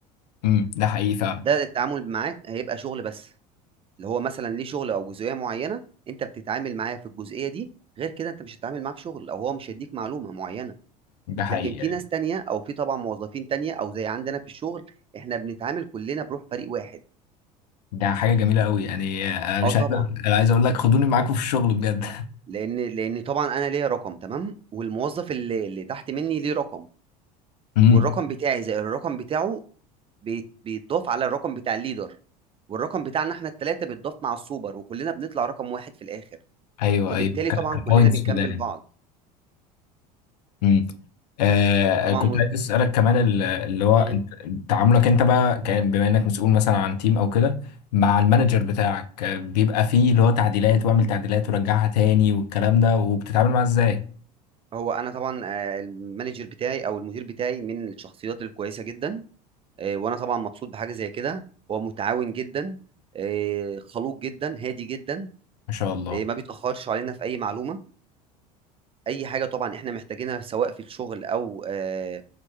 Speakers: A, on the left (about 75°); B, on the right (about 25°).
A: امم ده حقيقي فعلا
B: ده التعامل معاه هيبقى شغل بس، اللي هو مثلًا ليه شغل أو جزئية معينة، أنت بتتعامل معاه في الجزئية دي، غير كده أنت مش هتتعامل معاه في شغل، أو هو مش هيديك معلومة معينة.
A: ده حقيقي
B: لكن في
A: يعني.
B: ناس تانية او في طبعا موظفين تانية او زي عندنا في الشغل احنا بنتعامل كلنا بروح فريق واحد
A: ده حاجة جميلة قوي يعني آه، مش
B: اه طبعا
A: عايز أنا عايز اقول لك خدوني معاكم في الشغل بجد
B: لان لان طبعا انا ليا رقم تمام والموظف اللي, اللي تحت مني ليه رقم
A: امم
B: والرقم بتاعي زائد الرقم بتاعه بيت- بيتضاف على الرقم بتاع الليدر والرقم بتاعنا احنا التلاتة بيتضاف مع السوبر وكلنا بنطلع رقم واحد في الاخر
A: ايوه
B: فبالتالي
A: ايوه كبوينتس
B: طبعا كلنا بنكمل
A: كده يعني
B: بعض
A: امم آه
B: وطبعا
A: كنت
B: م...
A: عايز اسالك كمان ال- اللي هو
B: مم.
A: أنت- تعاملك انت بقى ك- بما انك مسؤول مثلا عن تيم او كده مع المانجر بتاعك آه، بيبقى فيه اللي هو تعديلات واعمل تعديلات ورجعها تاني والكلام ده وبتتعامل معاه ازاي؟
B: هو انا طبعا آه، المانجر بتاعي او المدير بتاعي من الشخصيات الكويسة جدا آه، وانا طبعا مبسوط بحاجه زي كده هو متعاون جدا آه، خلوق جدا هادي جدا
A: ما شاء الله
B: آه، ما بيتاخرش علينا في اي معلومه اي حاجه طبعا احنا محتاجينها سواء في الشغل او آه،